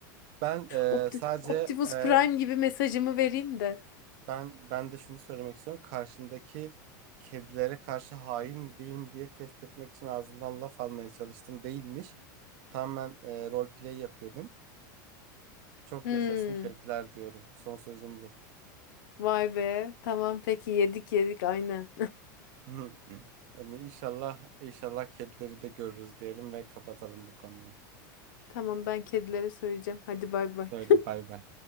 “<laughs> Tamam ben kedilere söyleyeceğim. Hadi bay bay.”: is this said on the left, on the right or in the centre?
Left